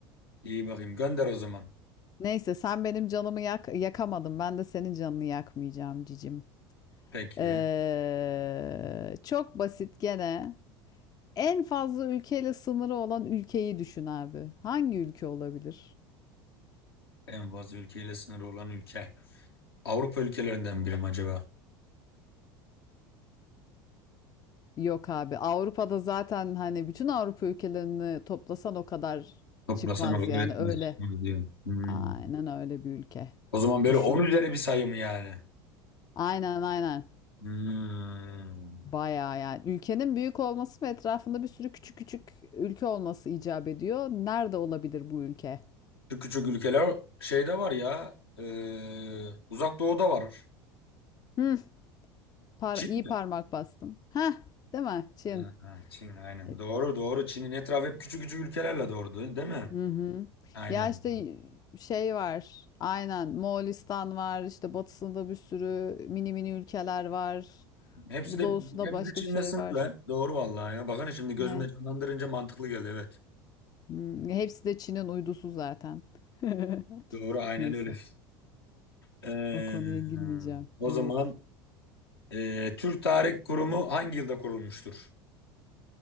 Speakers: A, on the left; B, on the left.
A: iyi bakayım. Gönder o zaman.
B: <laughs> Neyse sen benim canımı yak yakamadın ben de senin canını yakmayacağım cicim.
A: Peki.
B: Ee, çok basit gene. En fazla ülkeyle sınırı olan ülkeyi düşün abi. Hangi ülke olabilir?
A: En fazla ülkeyle sınırı olan ülke. Avrupa ülkelerinden biri mi acaba?
B: Yok abi. Avrupa'da zaten hani bütün Avrupa ülkelerini toplasan o kadar
A: Toplasan
B: çıkmaz
A: o kadar
B: yani
A: etmez.
B: öyle.
A: çıkmaz diyor. Hmm.
B: Aynen öyle bir ülke.
A: O zaman böyle
B: Düşün.
A: 10 üzeri bir sayı mı yani?
B: Aynen aynen.
A: Hmm.
B: Bayağı yani. Ülkenin büyük olması ve etrafında bir sürü küçük küçük ülke olması icap ediyor. Nerede olabilir bu ülke?
A: Şu küçük ülkeler şeyde var ya. E, Uzak Doğu'da var.
B: Hı, par
A: Çin
B: iyi
A: mi?
B: parmak bastın. Heh, değil mi? Çin.
A: Ha, ha, Çin aynen.
B: E,
A: Doğru doğru. Çin'in etrafı hep küçük küçük ülkelerle doğru değil mi?
B: Hı hı.
A: Aynen.
B: Ya işte şey var. Aynen. Moğolistan var. işte batısında bir sürü mini mini ülkeler var.
A: Hepsi
B: Bu
A: de
B: doğusunda
A: hepsi
B: başka
A: de Çin'le
B: bir şey
A: sınırlı.
B: var.
A: Doğru vallahi ya. Bakın şimdi gözümde
B: He.
A: canlandırınca mantıklı geldi evet.
B: Hmm, Hepsi de Çin'in uydusu zaten. <laughs>
A: Doğru aynen
B: Neyse.
A: öyle. Ee,
B: O konuya girmeyeceğim.
A: o
B: Evet.
A: zaman ee, Türk Tarih Kurumu hangi yılda kurulmuştur?